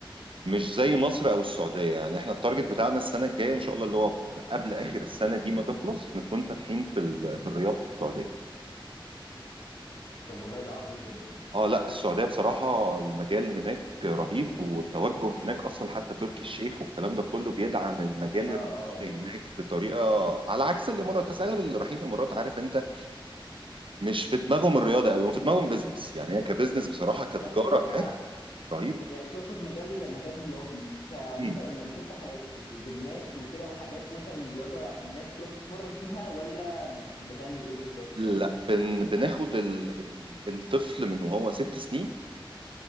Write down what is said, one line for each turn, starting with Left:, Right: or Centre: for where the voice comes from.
Right: مش زي مصر او السعوديه يعني احنا التارجت بتاعنا السنه الجايه ان شاء الله اللي هو في- قبل اخر السنه دي ما تخلص نكون فاتحين في ال- في الرياض في السعوديه
Left: طب والله ده عظيم جدا
Right: اه لا السعوديه بصراحه المجال هناك رهيب والتوجه هناك اصلا حتى تركي الشيخ والكلام ده كله بيدعم المجال
Left: اه
Right: الرياضي
Left: اه اه
Right: هناك بطريقه على عكس الامارات اصل اغلب اللي رايحين الامارات عارف انت مش في دماغهم الرياضه قوي في دماغهم بيزنس يعني هي كبزنس بصراحه كتجاره
Left: بس انت
Right: هناك رهيبه
Left: يعني تقصد مجال مجال رياضي كمثلا
Right: مم.
Left: انك بتفتح يعني جيمات وكده وحاجات مثلا رياضه الناس تروح تتمرن فيها ولا بتعمل ايه بالظبط
Right: لا
Left: برضه؟
Right: بن بناخد ال- ال- الطفل من وهو ست سنين